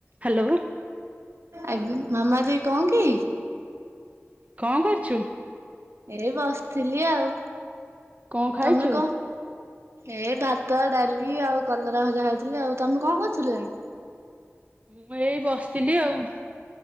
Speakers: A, on the right (about 30°); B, on the right (about 60°).
A: Hello.
B: ଆଙ୍ଗି ମାମା ଵି କଣକି
A: କଣ କରୁଛୁ?
B: ଏଇ ବସିଥିଲି ଆଉ
A: କଣ ଖାଇଛୁ?
B: ତମେ କ ଏ ଭାତ ଡାଲି ଆଉ କଲରା ଭଜା ଖାଉଥିଲି ଆଉ ତମେ କଣ କରୁଥିଲ କି?
A: ମୁଁ ଏଇ ବସିଥିଲି ଆଉ।